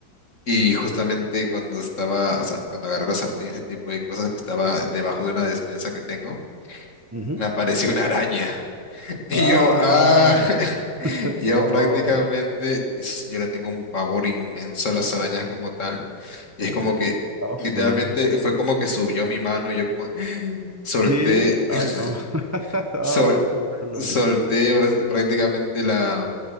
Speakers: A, on the left (about 40°); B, on the right (about 20°).
A: y justamente cuando estaba, o sea, cuando agarré la sartén y ese tipo de cosas que estaba debajo de una despensa que tengo,
B: Ujú.
A: me apareció una araña. <laughs> Y
B: Ah,
A: yo, ah. <laughs>
B: <laughs>
A: Yo
B: horror.
A: prácticamente, es- yo le tengo un pavor inmenso a las arañas como tal. Y es como que,
B: Asu.
A: literalmente, fue como que subió a mi mano y yo como <gasps> solté,
B: ¿Qué? Ay,
A: <laughs>
B: no. <laughs> Ah,
A: sol-
B: qué horrible.
A: solté prá- prácticamente la,